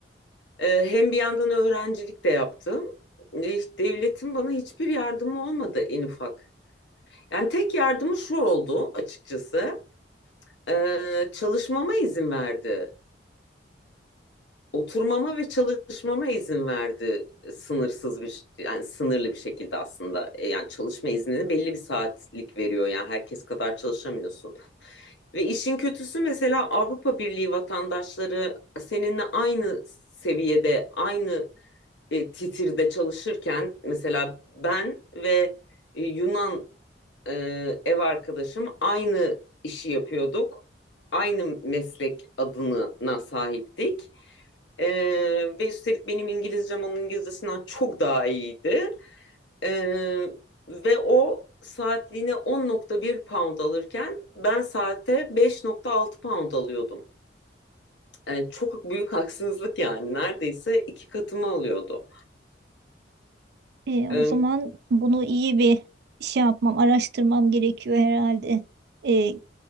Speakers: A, on the left; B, on the right.
A: e, hem bir yandan öğrencilik de yaptım. E, devletin bana hiçbir yardımı olmadı en ufak. Yani tek yardımı şu oldu açıkçası. E, çalışmama izin verdi. oturmama ve çalışmama izin verdi e, sınırsız bir yani sınırlı bir şekilde aslında E, yani çalışma iznini belli bir saatlik veriyor yani herkes kadar çalışamıyorsun ve işin kötüsü mesela Avrupa Birliği vatandaşları seninle aynı seviyede aynı e, titirde çalışırken mesela ben ve e, Yunan e, ev arkadaşım aynı işi yapıyorduk. Aynı meslek adına sahiptik. E, ve üstelik benim İngilizcem onun İngilizcesinden çok daha iyiydi. E, ve o saatliğine 10.1 pound alırken ben saate 5.6 pound alıyordum. E, çok büyük haksızlık yani. Neredeyse iki katımı alıyordu.
B: E,
A: E,
B: o zaman bunu iyi bir şey yapmam, araştırmam gerekiyor herhalde. E,